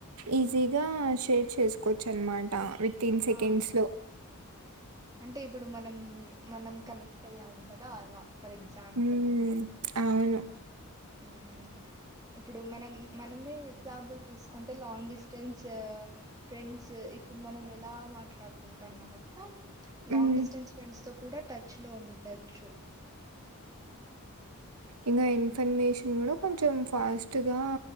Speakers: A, on the right (about 85°); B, on the right (about 15°).
A: ఈజీగా షేర్ చేసుకోచ్చు అనమాట విత్ ఇన్ సెకండ్స్
B: ఆ
A: లో.
B: అంటే ఇప్పుడు మనం మనం కనెక్ట్ అయ్యాము కదా అలా ఫర్ ఎగ్జాంపుల్
A: హ్మ్ అవును
B: మ్మ్ ఇప్పుడు మనం మనమే ఎగ్జాంపుల్ తీసుకుంటే లాంగ్ డిస్టెన్స్ ఫ్రెండ్స్ ఇప్పుడు మనం ఎలా మాట్ ట్లాడుకుంటున్నామో అట్లా
A: హ్మ్
B: లాంగ్ డిస్టెన్స్ ఫ్రెండ్స్ తో కూడా టచ్ లో ఉండచ్ చ్చు
A: ఇంకా ఇన్ఫర్మేషన్ కూడా కొంచెం ఫాస్ట్గా